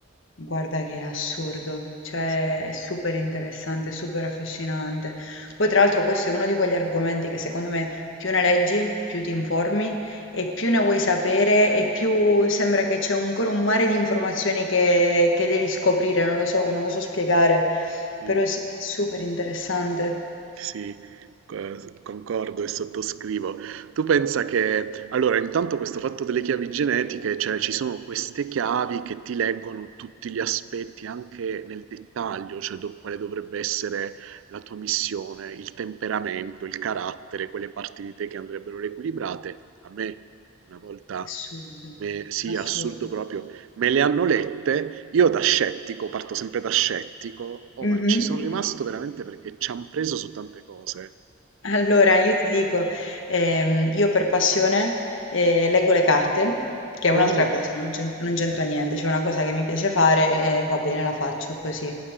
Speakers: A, on the left; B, on the right.
A: Guarda che è assurdo, cioè
B: Sì,
A: è super interessante, è super affascinante. Poi tra l'altro questo è uno di quegli argomenti che secondo me più ne leggi, più ti informi e più ne vuoi sapere e più sembra che c'è ancora un mare di informazioni che, che devi scoprire, non lo so, non lo so spiegare,
B: sì,
A: però sì, è super interessante.
B: sì, co concordo e sottoscrivo. Tu pensa che allora intanto questo fatto delle chiavi genetiche, cioè ci sono queste chiavi che ti leggono tutti gli aspetti anche nel dettaglio, cioè do quale dovrebbe essere la tua missione, il temperamento, il carattere, quelle parti di te che andrebbero riequilibrate. A me una volta
A: Assurdo,
B: me sì,
A: assurdo.
B: assurdo proprio, Me le hanno lette, io da scettico, parto sempre da scettico, oh,
A: Mhm.
B: ma ci sono rimasto veramente perché ci hanno preso su tante cose.
A: Allora, io ti dico, ehm, io per passione eh, leggo le carte, che è
B: Oh,
A: un'altra cosa, non c'entra non c'entra niente, c'è una cosa che mi piace fare e va bene, la faccio così.